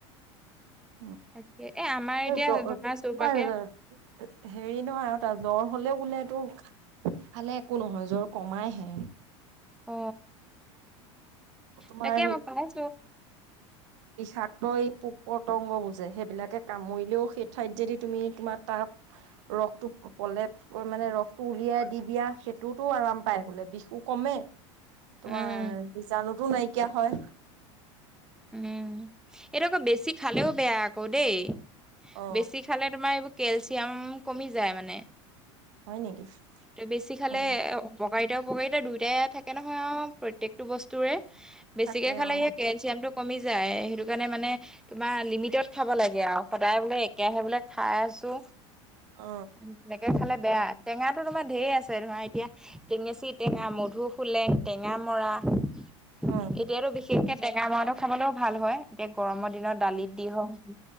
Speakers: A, on the right; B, in the centre.
A: <inaudible>
B: তাকে এ আমাৰ
A: হেৰি
B: এতিয়া ধৰা চৌপাশে
A: নহয় আৰু তাৰ জ্বৰ হলেও বোলে টো খালে একো নহয় জ্বৰ কমাইহে
B: অ
A: তোমাৰ
B: তাকে মই কমাইছো
A: চাককৈই পোক পতংগবো যে সেইবিলাকে কামুৰিলেও সেই ঠাইত যদি তুমি তোমাৰ তাক ৰসটো পলে মানে ৰসটো উলিয়াই দি দিয়া সেইটোতো আৰাম পাই বোলে বিষো কমে মে তোমাৰ
B: উম
A: বিজাণুতো নাইকিয়া হয়
B: উম এইটো আকৌ বেছি খালেও বেয়া আকৌ দেই
A: অ
B: বেছি খালে তোমাৰ এইবোৰ কেলচিয়াম কমি যায় মানে
A: হয় নেকি
B: এইটো বেছি খালে
A: অ
B: অপকাৰিতা উপকাৰিতা দুয়োটাই থাকে নহয় আৰু প্ৰত্যেকটো বস্তুৰে বেছিকে
A: থাকে
B: খালে
A: অ
B: ইয়া কেলচিয়ামটো। কমি যায় সেইটো কাৰণে মানে তোমাৰ লিমিটত খাব লাগে আও সদায় বোলে একেহে বোলে খাই ছো
A: অ
B: বেলেকে খালে। বেয়া টেঙাটো তোমাৰ ঢেৰ আছে ধৰা এতিয়া টেঙেচি টেঙা, মধু হোলেং, টেঙা মৰা। এতিয়াতো
A: অ
B: বিশেষকে টেঙা মৰাটো খাবলেও ভাল হয়। এতিয়া গৰমৰ দিনত দালিত দি হওক